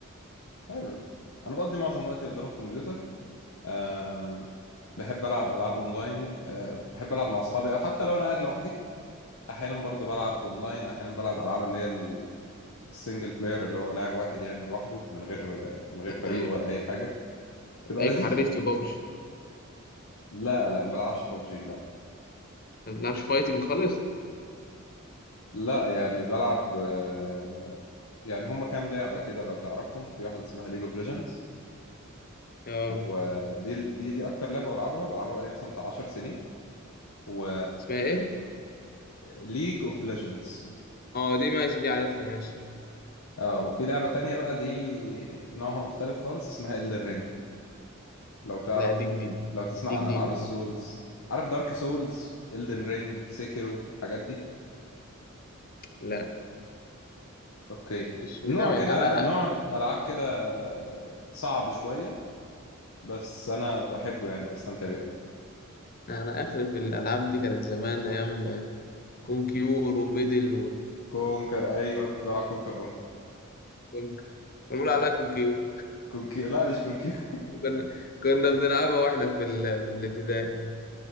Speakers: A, on the left (about 80°); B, on the left (about 45°).
A: حلو. انا بقضي معظم وقتي قدام الكمبيوتر آه، بحب العب العاب اونلاين آه، بحب العب مع اصحابي او حتى لو انا قاعد لوحدي احيانا برضو بلعب اونلاين احيانا بلعب العاب اللي هي السنجل بلاير اللي هو لاعب واحد يعني لوحده من غير من غير
B: انت
A: فريق
B: انت
A: ولا اي حاجه
B: هتلاقيك
A: تبقى لذيذه
B: حريف في بابجي
A: لا لا ما بلعبش ببجي لا
B: ما بتلعبش فايتنج خالص
A: لا يعني بلعب آه، يعني هم كام لعبه كده لو تعرفهم في واحده اسمها ليج اوف ليجندز
B: اه
A: ودي دي دي اكتر لعبه بلعبها بلعبها بقالي مثلا بتاع 10 سنين و
B: اسمها ايه
A: ليج اوف ليجندز
B: اه دي ماشي دي عارفها ماشي
A: اه وفي لعبه تانية بقى دي نوعها مختلف خالص اسمها Elden Ring لو تعرف
B: لا دي جديده
A: لو تسمع
B: دي
A: عن
B: جديده
A: العاب السولز
B: دي
A: عارف دارك سولز الدن رينج سيكيرو الحاجات دي
B: لا
A: اوكي
B: مش متابع
A: النوع كده
B: انا
A: نوع العاب كده صعب شويه بس انا بحبه يعني بستمتع بيه أوي.
B: انا اخري في الالعاب دي كانت زمان ايام كونكيور وميدل
A: كونكر ايوه انا كنت بلعب كونكر برضه
B: وكونكر بنقول عليها كونكيور
A: كونكير لا مش كونكير
B: كنا كنا بنلعبها واحنا في ال... في الابتدائي